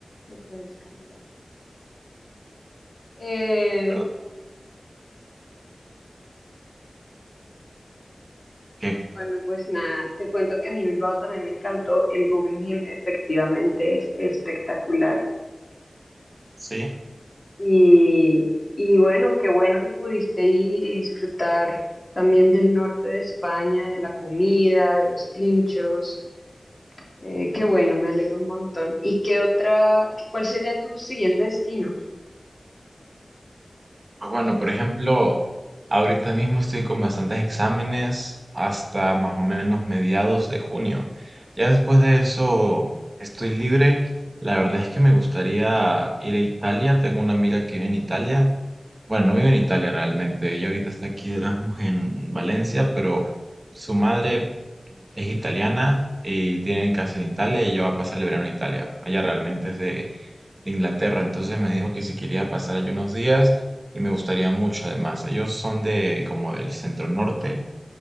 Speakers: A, on the left; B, on the right.
A: lo puedes cambiar. Eh,
B: ¿Perdón? ¿Qué?
A: bueno, pues nada, te cuento que a mí Bilbao también me encantó. El Guggenheim efectivamente es espectacular.
B: Sí.
A: Y, y bueno, qué bueno que pudiste ir y disfrutar también del norte de España, de la comida, de los pinchos. Eh, qué bueno, me alegro un montón. ¿Y qué otra, qué- cuál sería tu siguiente destino?
B: Pues bueno, por ejemplo, ahorita mismo estoy con bastantes exámenes hasta más o menos mediados de junio. Ya después de eso estoy libre. La verdad es que me gustaría ir a Italia. Tengo una amiga que vive en Italia. Bueno, no vive en Italia realmente. Ella ahorita está aquí de Erasmus en Valencia, pero su madre es italiana y tiene casa en Italia y ella va a pasar el verano en Italia. Ella realmente es de Inglaterra, entonces me dijo que si quería pasar allí unos días y me gustaría mucho además. Ellos son de como del centro norte